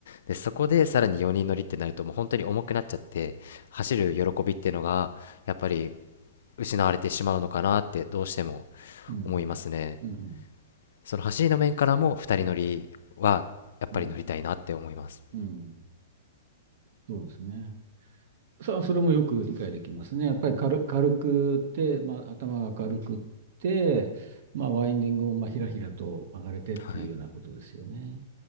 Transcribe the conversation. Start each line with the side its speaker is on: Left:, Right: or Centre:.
Left: で、そこでさらに4人乗りってなると、もう本当に重くなっちゃって、走る喜びっていうのが、やっぱり失われてしまうのかなって、どうしても
Right: うん、
Left: 思いますね。
Right: うん、うん、
Left: その走りの面からも2人乗りはやっぱり乗りたいなって思います。
Right: うん、うん、うんそうですね。そそれもよく理解できますね。やっぱり軽、軽くって、まあ、頭が軽くって、まあ、ワインディングもまあひらひらと曲がれてっていうようなことですよね。
Left: はい